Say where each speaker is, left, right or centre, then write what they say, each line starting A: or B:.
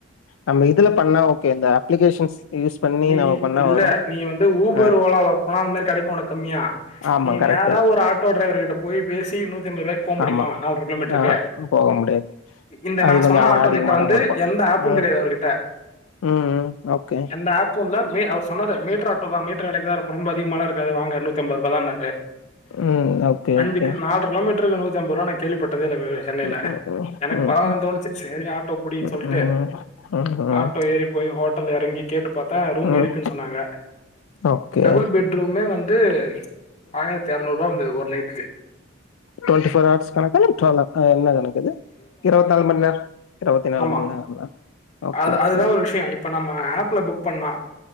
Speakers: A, on the left; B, on the left.
A: நம்ம இதுல பண்ணா ஓகே இந்த அப்ளிகேஷன்ஸ் யூஸ் பண்ணி
B: நீ
A: நம்ம பண்ணா
B: இல்ல
A: வரு
B: நீ வந்து ஊபர்
A: ஆ
B: ஓலால போனா அந் மாரி கெடக்கு ஒனக் கம்மியா
A: ஆமா
B: நீ
A: கரெக்ட்டு
B: நேரா ஒரு ஆட்டோ டிரைவர் கிட்டப் போய் பேசி நூ த்தம்பருவாய்க்கு போ முடிமா
A: ஆமா.
B: நால்ர கிலோமீட்ருக்கு
A: ஆ போக முடியாது.
B: இந்த
A: அது
B: நா
A: கொஞ்சம்
B: சொன்ன
A: அவன்
B: ஆட்டோ
A: அதிகமா
B: கிட்ட வந்து
A: தான் குடுப்பா.
B: எந்த ஆப்பு
A: ம்,
B: கெடையாது அவர்கிட்ட
A: ம், ம். ஓகே.
B: எந்த ஆப் <unintelligible> அவர் சொன்னாரு மீட்ரு ஆட்டோதா மீட்ரு வெலக்கி தா இருக்கு ரொம்ப அதிகமால்லா இருக்காது வாங்க நூத் தம்பருபாதான்னாரு
A: ம், ஓகே,
B: அஞ்சுக்கு
A: ஓகே.
B: நால்ர கிலோமீட் ட்ருல நூத்தி அம்பர்வா நா கேள்விபட் டதே இல்லப சென்னைல
A: ம், ம்,
B: எனக்
A: ம்,
B: பரவால்லன் தோணுச்சு செரி ஆட்டோ புடீன்
A: ம்,
B: சொல்ட்டு
A: ம், ம்,
B: ஆட்டோ ஏறி போய் ஹோட்டல்ல எறங்கி கேட்டு பாத் த ரூம்
A: ம்.
B: இருக்குன் சொன்னாங்க
A: ஓகே.
B: டபுள் பெட் ரூமே வந்து ஆயிரத்தி எரநூறுவா வந்தது ஒ ரு நைட்டுக்கு
A: டொன்டிஃபோர் ஹவர்ஸ் கணக்கா இல்ல ட்வல் ஆ என்ன கணக்கிது இருவத் நாலு மண் நேர் இருவத்தி நாலு
B: ஆமா.
A: மணி நேரங்களா ஓகே
B: அது
A: ஓகே
B: அதுதான் ஒரு விஷயம். இப்ப நம்ம ஆப்ல புக் பண்ணா